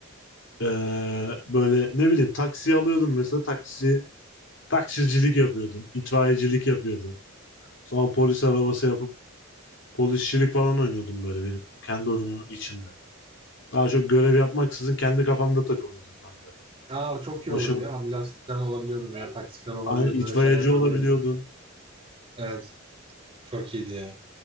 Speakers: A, on the left; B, on the right.
A: Ee, böyle ne bileyim taksi alıyordum mesela taksi taksicilik yapıyordum. itfaiyecilik yapıyordum. Sonra polis arabası yapıp Polisçilik falan oynuyordum böyle benim. O kendi oyunu içinde. Daha çok görev yapmaksızın kendi kafamda takılıyordum ben böyle.
B: Aa, çok
A: Hoşuma.
B: iyi olurdu ya. Ambulans falan olabiliyordun veya taksi falan olabiliyordun.
A: Aynı itfaiyeci
B: Öyle şeyler yapabiliyordun.
A: olabiliyordun.
B: Evet. Çok iyiydi ya.